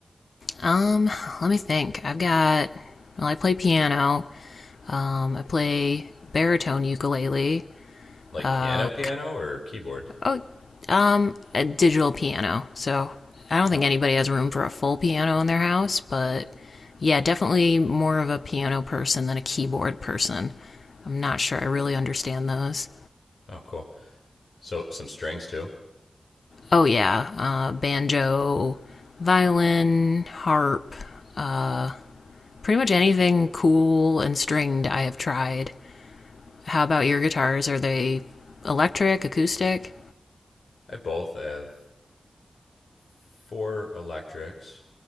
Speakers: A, on the left; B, on the left.
A: Um, let me think. I've got well, I play piano. Um, I play baritone ukulele,
B: Like
A: uh,
B: piano, piano, or keyboard?
A: Oh, um, a digital piano. So I don't
B: Oh,
A: think anybody has room for a full piano in their house, but yeah, definitely more of a piano person than a keyboard person. I'm not sure I really understand those.
B: oh, cool. So, some strings too?
A: Oh, yeah, uh, banjo, violin, harp, uh, pretty much anything cool and stringed I have tried. How about your guitars? Are they electric, acoustic?
B: I have both. I have four electrics,